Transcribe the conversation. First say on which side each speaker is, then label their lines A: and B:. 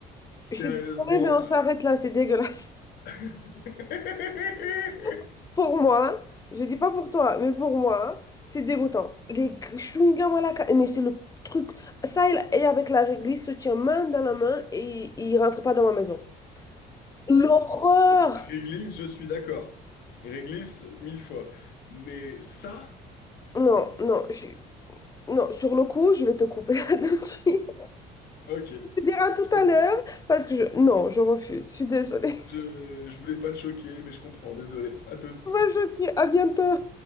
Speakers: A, on the left; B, on the left.
A: Sérieusement.
B: Je suis désolée, mais on
A: à-
B: s'arrête là, c'est dégueulasse.
A: <laughs>
B: <laughs> Pour moi, je dis pas pour toi, mais pour moi, c'est dégoûtant. Les chewing-gums à la ca- mais c'est le truc. Ça, il- et avec la réglisse, se tient main dans la main et il rentre pas dans ma maison. L'horreur!
A: Réglisse, je suis d'accord. Réglisse, mille fois. Mais ça...
B: Non, non, je... suis- non, sur le coup, je vais te couper <laughs> là-dessus.
A: Ok, je
B: Tu diras tout
A: comprends.
B: à l'heure parce que je... Non, je refuse, je suis désolée.
A: Je, je voulais pas te choquer, mais je comprends, désolé. À toute.
B: <laughs> On va choquer, à bientôt.